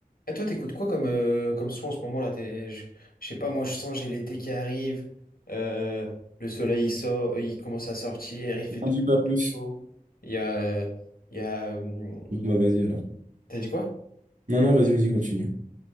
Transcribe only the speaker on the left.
Et toi, t'écoutes quoi comme, euh, comme son en ce moment là? T'es- Je je sais pas, moi je sens, j'ai l'été qui arrive, euh, le soleil il sort, euh, il commence à sortir, il fait de
plus
en
plus chaud. Il y a. euh, il y a euh,
t'as dit quoi?